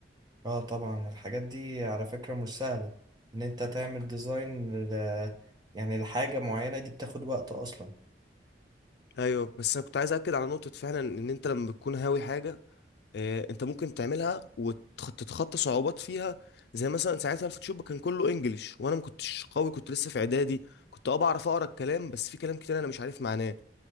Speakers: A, on the right; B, on the left.
A: اه طبعا الحاجات دي على فكرة مش سهلة ان انت تعمل ديزاين ل... يعني لحاجة معينة دي بتاخد وقت اصلا
B: ايوه بس انا كنت عايز اكد على نقطه فعلا ان انت لما بتكون هاوي حاجه آه، انت ممكن تعملها وتتخطى صعوبات فيها زي مثلا ساعتها الفوتوشوب كان كله انجليش وانا ما كنتش قوي كنت لسه في اعدادي كنت اه بعرف اقرا الكلام بس في كلام كتير انا مش عارف معناه